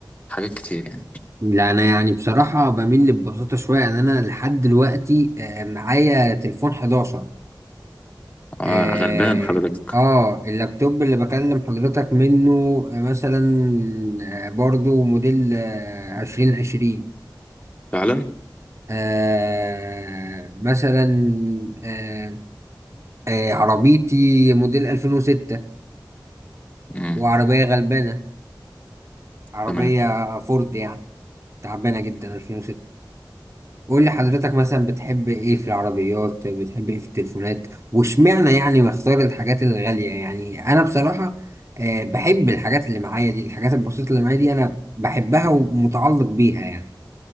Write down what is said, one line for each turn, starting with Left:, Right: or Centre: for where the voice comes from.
Left: حاجات كتير يعني
Right: لا انا يعني بصراحه بميل لببساطه شويه يعني انا لحد دلوقتي آه، معايا تليفون 11
Left: آه
Right: اه
Left: غلبان حضرتك
Right: آه، اللابتوب اللي بكلم حضرتك منه آه، مثلا آه، برضو موديل آه، عشرين عشرين
Left: فعلا
Right: آه مثلا آه، آه، عربيتي موديل 2006
Left: امم
Right: وعربية غلبانة عربية
Left: تمام
Right: فورد يعني تعبانة جدا 2006 قول لي حضرتك مثلا بتحب ايه في العربيات بتحب ايه في التليفونات واشمعنى يعني بختار الحاجات الغالية يعني انا بصراحة آه، بحب الحاجات اللي معايا دي الحاجات البسيطة اللي معايا دي انا بحبها ومتعلق بيها يعني